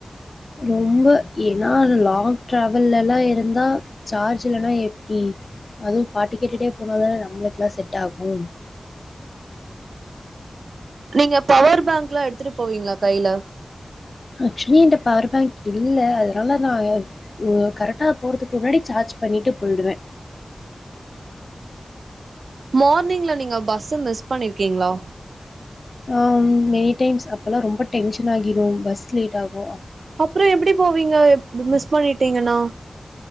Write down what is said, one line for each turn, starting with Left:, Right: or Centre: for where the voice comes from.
Left: ரொம்ப ஏன்னா லாங் டிராவல்லல்லா இருந்தா சார்ஜ் இல்லன்னா எப்டி அதுவு பாட்டு கேட்டுட்டே போனாதான நம்மளுக்குல்லா செட்டாகு
Right: நீங்க பவர் பேங்க்லா எடுத்துட்டு போவீங்களா கைல
Left: அக்ஷலி என்ட்ட பவர் பேங்க் இல்ல அதனால நா அ கரெக்டா போறதுக்கு முன்னாடி சார்ஜ் பண்ணிட்டு போயிடுவே
Right: மார்னிங்ல நீங்க பஸ்ஸ மிஸ் பண்ணிருக்கீங்களா
Left: ஆ மெனி டைம்ஸ் அப்பல்லா ரொம்ப டென்ஷன் ஆகிரு பஸ் லேட்டாகு
Right: அப்பற எப்டி போவீங்க <unintelligible> பண்ணிட்டீங்கன்னா